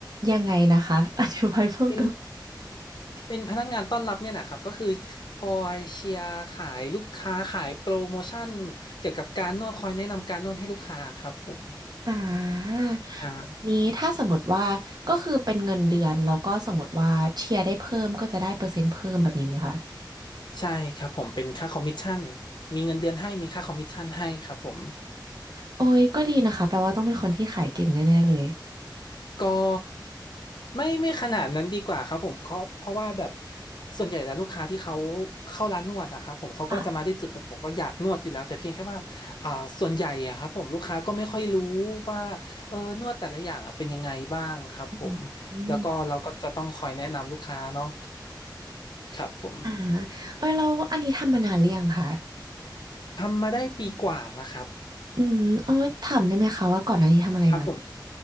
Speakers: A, on the right (about 60°); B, on the left (about 65°).
A: ยังไงนะคะ <laughs> อธิบายเพิ่มเติม
B: เป็นเป็นพนักงานต้อนรับเนี่ยแหละครับก็คือคอยเชียร์ขายลูกค้าขายโปรโมชั่นเกี่ยวกับการนวดคอยแนะนำการนวดให้ลูกค้าครับผม
A: อ่าแบบนี้ถ้าสมมติว่าก็คือเป็นเงินเดือนแล้วก็สมมติว่าเชียร์ได้เพิ่มก็จะได้เปอร์เซ็นต์เพิ่มแบบนี้ไหมคะ
B: อ่าใช่ครับผมเป็นค่าคอมมิชชั่นมีเงินเดือนให้มีค่าคอมมิชชั่นให้ครับผม
A: โอ้ยก็ดีนะคะแปลว่าต้องเป็นคนที่ขายเก่งแน่ๆเลย
B: ก็ไม่ไม่ขนาดนั้นดีกว่าครับผมเขาเพราะว่าแบบส่วนใหญ่แล้วลูกค้าที่เขาเข้าร้านนวดนะครับผมเขาก็จะมาด้วยจุดประสงค์ว่าอยากนวดอยู่แล้วแต่เพียงแค่ว่าอ่าส่วนใหญ่อะครับผมลูกค้าก็ไม่ค่อยรู้ว่าเออนวดแต่ละอย่างอะเป็นยังไงบ้างครับผมแล้วก็เราก็จะต้องคอยแนะนำลูกค้าเนาะ
A: ค่ะอืมอม
B: ครับผม
A: อ่าเอ้ยเราอันนี้ทำมานานหรือยังคะ
B: ทำมาได้ปีกว่านะครับ
A: อืมเอาไว้ถามได้ไหมคะว่าก่อนหน้านี้ทำอะไรมา
B: ครับผม